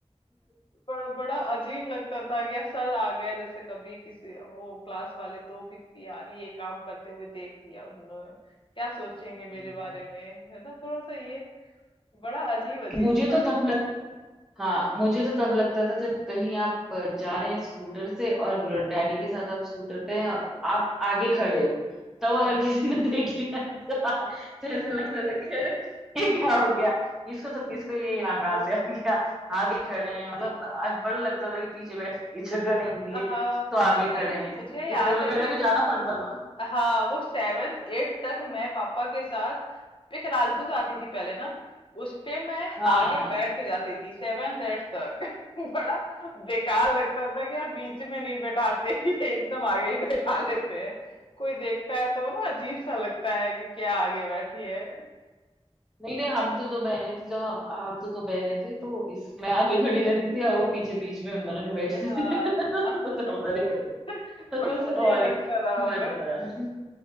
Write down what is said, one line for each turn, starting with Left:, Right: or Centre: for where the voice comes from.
Left: बड़ा बड़ा अजीब लगता था कि यार सर आ गए जैसे कभी किसी वो क्लास वाले तो भी कि यार ये काम करते हुए देख लिया उन्होंने क्या सोचेंगे मेरे
Centre: हम्म।
Left: बारे
Centre: <laughs>
Left: में है ना थोड़ा सा ये बड़ा अजीब अजीब
Centre: मुझे
Left: था
Centre: तो तब हाँ मुझे तो तब लगता था जब कहीं आप जा रहे हैं स्कूटर से और डैडी के साथ आप स्कूटर पे हैं और आप आगे खड़े हो तब अगर
Left: हाँ
Centre: किसी ने देख लिया <laughs> तो तो ऐसा लगता था कि अरे ये क्या हो गया इसको तो किसको ये यहाँ कहाँ
Left: <laughs>
Centre: से आ गया आगे खड़े हैं मतलब आज बड़ा लगता था कि पीछे बैठ की जगह नहीं मिली है
Left: हाँ
Centre: तो आगे खड़े
Left: अरे
Centre: हैं
Left: मुझे
Centre: स्कूटर
Left: याद
Centre: में
Left: है
Centre: खड़े
Left: कि
Centre: होकर जाना पड़ता था ना
Left: हाँ वो सेवेंथ एट्थ तक मैं पापा के साथ पिकरालतू आती थी पहले ना उस पे मैं
Centre: हाँ
Left: आगे
Centre: हाँ
Left: बैठ के जाती थी सेवेंथ एट्थ तक <laughs> बड़ा बेकार लगता था कि यार बीच में नहीं बैठाते <laughs> ये एकदम आगे ही बैठा लेते हैं कोई देखता है तो
Centre: हाँ
Left: ना अजीब
Centre: <laughs>
Left: सा लगता है कि क्या आगे बैठी है
Centre: नहीं नहीं हम तो दो बहनें थी जो हम हम तो दो बहनें थे तो इस मैं आगे खड़ी रहती थी और वो पीछे बीच में उन दोनों के बैठती
Left: हाँ
Centre: थी <laughs> वो
Left: हाँ
Centre: तो हमारी
Left: <laughs>
Centre: वजह
Left: बड़ा
Centre: वो तो
Left: अजीब
Centre: हमारी
Left: लगता रहा
Centre: मजेदार
Left: होगा